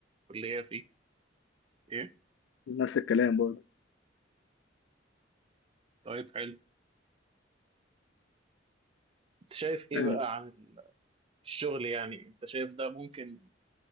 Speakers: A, on the right (about 30°); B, on the left (about 80°).
A: الكليه فيه ايه
B: نفس الكلام برضه
A: طيب حلو انت شايف ايه
B: يعني
A: بقى عن ال- الشغل يعني انت شايف ده ممكن